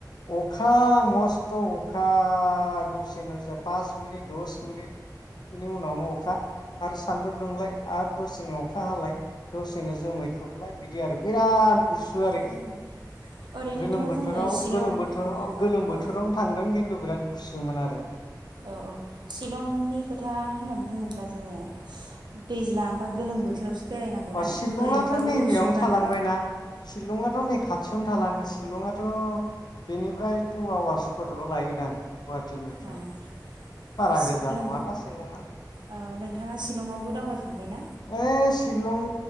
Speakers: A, on the left (about 70°); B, on the right (about 85°).
A: अखा मस्थ' अखा दसेनो पास मिनिट दस मिनिटनि उनावनो अखा आरो सान्दुं दुंलाय आरो दसेनो अखा हालाय। दसेनो जोमै खोबलाय बिदि आरो बिराद गुसु
B: औ
A: आरोखि
B: औ ओरैनोथ'
A: गोलोम बोथोराव
B: जोङो शिलं
A: गोलोम बोथोराव गोलोम बोथोरावनो
B: औ
A: थांदों खिन बिराद गुसुमोन आरो।
B: औ औ शिलंनि खोथा होन्नानै बुङोब्ला जोङो दैज्लां बा गोलोम बोथोरावसो बेरायनांगौ ना
A: अ शिलंआाथ'
B: ओरैनोबाबो
A: नैबेयावनो
B: गुसुखाना
A: थालांबायना शिलङाथ' नै खा थियावनो थालाङो शिलंआथ' बेनिफ्राय टु आवार्सफोरल' लायोदां। गुवाहाटिनिफ्राय
B: अ
A: बारा
B: सि
A: गोजा
B: नों
A: नङाना शिलंआ
B: ओ नोंथाङा सिशलंआवबो दावबाय थांबाय ना?
A: ओइ शिलं